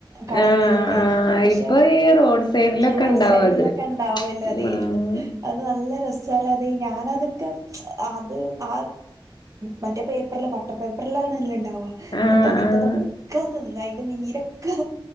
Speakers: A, on the right; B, on the left.
A: കടകളിലൊക്കെ
B: ആഹ് ആഹ്
A: പക്ഷെ
B: ഇപ്പൊ ഈ റോഡ് സൈഡിലൊക്കെ
A: റോഡ്
B: ഇണ്ടാവും
A: സൈഡിലൊക്കെ
B: അത്
A: ഉണ്ടാവുമല്ലോ അതെ
B: ആഹ്
A: അത് നല്ല രസ ചെല അത് ഞാന് അതൊക്കെ അത് ആ മറ്റേ പേപ്പറില് ബട്ടർ പേപ്പറിലാണ് ഉണ്ടാവുക
B: ആഹ്
A: എന്നിട്ട് അതിന്റെറതൊക്കെ
B: ആഹ്
A: അതിന്റെ നീരൊക്കെ